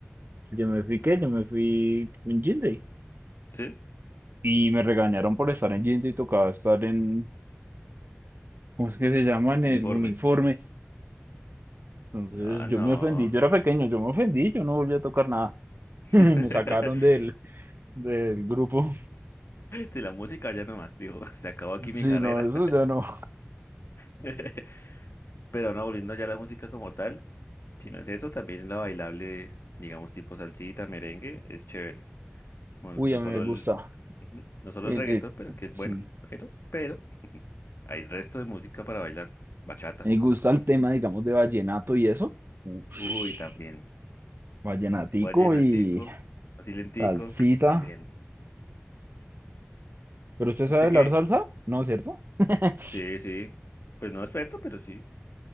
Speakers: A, on the right; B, on the left.
A: Yo me fui, ¿qué? Yo me fui en Jean
B: ¿Sí?
A: Y me regañaron por estar en Jean y tocaba estar en, ¿cómo es que se llama? En
B: Uniforme.
A: el uniforme. Entonces
B: Ah,
A: yo
B: no.
A: me ofendí, yo era pequeño, yo me ofendí, yo no volví a tocar nada. <laughs>
B: <laughs>
A: Me sacaron del, del grupo. <laughs>
B: Si la música ya nomás, digo, <laughs> se acabó aquí
A: Sí,
B: mi carrera.
A: no, eso ya no.
B: <laughs> Pero no, volviendo ya a la música como tal, si no es eso, también la bailable, digamos, tipo salsita, merengue, es chévere. Bueno,
A: Uy,
B: no
A: a
B: solo
A: mí me gusta.
B: el, ujú, no solo
A: El,
B: el reggaetón,
A: el-
B: pero que es
A: sí,
B: bueno, pero, pero, <laughs> hay resto de música para bailar. Bachata.
A: me gusta el tema, digamos, de vallenato y eso. Ush,
B: Uy, también.
A: vallenatico
B: Un vallenatico,
A: y
B: así lentico,
A: salsita.
B: también.
A: ¿Pero usted
B: ¿Usted
A: sabe bailar
B: qué?
A: salsa? No, ¿cierto? <laughs>
B: Sí, sí. Pues no experto, pero sí.